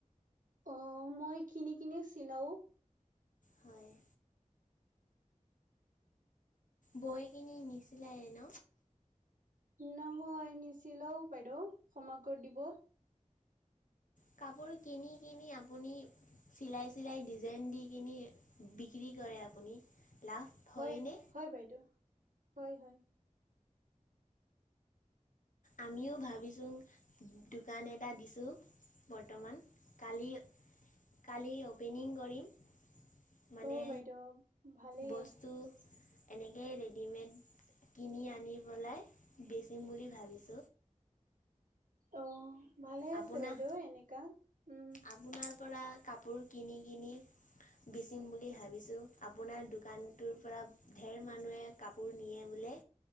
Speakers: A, on the right (about 80°); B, on the left (about 75°).
A: অ মই কিনি কিনি চিলাও।
B: হয় বৈ কিনি নিচে ন।
A: নহয় নিচিলাও বাইদেউ ক্ষামা কৰি দিব।
B: কাপোৰ কিনি আপুনি চিলাই চাই ডিজাইন দি বিক্ৰী কৰে আপুনি। লাভ হয়নে
A: হয় হয় বাইদেউ। হয় হয়।
B: আমিও ভাবিছোঁ দোকান এটা দিছোঁ বৰ্তমান কালি কালি অ'পেনিং কৰিম। মানে
A: অ বাইদেউ ভালেই।
B: বস্তু এনেকেই ৰেডিমেড কিনি আনি পেলাই বেচিম বুলি ভাবিছো।
A: অ'। ভালে
B: আপোনাৰ
A: আছে বাইদেউ এনেকা, উম।
B: আপোনাৰ পৰা কাপোৰ কিনি কিনি বিচিম বুলি ভাবিছো আপোনাৰ দোকানটোৰ পৰা ধঢেৰ মানুহে কাপোৰ নিয়ে বোলে